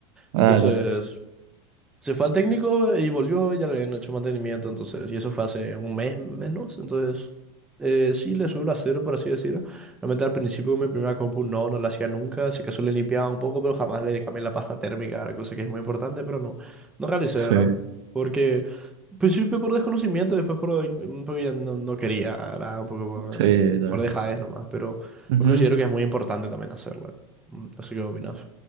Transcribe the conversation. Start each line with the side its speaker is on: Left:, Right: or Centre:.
Right: Ah,
Centre: Entonces,
Right: ya.
Centre: Se fue al técnico y volvió y ya le habían hecho mantenimiento, entonces, y eso fue hace un mes menos, entonces, eh, sí le suelo hacer, por así decirlo. Realmente al principio con mi primera compu no, no la hacía nunca, si acaso le limpiaba un poco, pero jamás le cambié la pasta térmica, la cosa que es muy importante, pero no, no realicé,
Right: Sí,
Centre: ¿verdad? Porque, al principio por desconocimiento, después por, in- porque ya no, no quería, ¿verdad? Un poco por,
Right: sí, ya.
Centre: por dejadez nomás, pero
Right: Ujú.
Centre: pues considero que es muy importante también hacerlo. Mm, No sé qué opinas.